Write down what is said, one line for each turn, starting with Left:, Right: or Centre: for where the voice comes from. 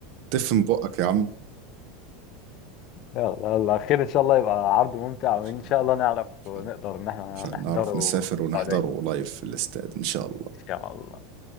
Right: تفهم بقك يا عم
Left: يلا يلا خير إن شاء الله يبقى عرض ممتع
Right: إن
Left: وإن
Right: شاء
Left: شاء
Right: الله
Left: الله نعرف
Right: إن شاء
Left: ونقدر
Right: الله
Left: إن إحنا
Right: إن شاء
Left: نحضره
Right: الله نعرف نسافر
Left: في
Right: ونحضره
Left: السعودية
Right: لايف في الاستاد إن شاء الله
Left: إن شاء الله